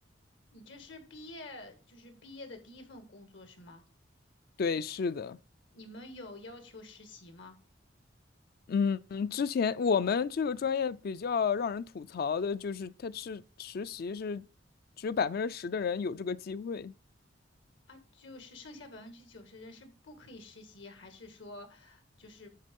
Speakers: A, on the left; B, on the left.
A: 你这是毕业，就是毕业的第一份工作是吗？
B: <laughs> 对，是的，
A: 你们有要求实习吗？
B: 嗯，嗯之前我们这个专业比较让人吐槽的就是，它是实习是只有百分之十的人有这个机会。
A: 啊，就是剩下百分之九十人是不可以实习，还是说就是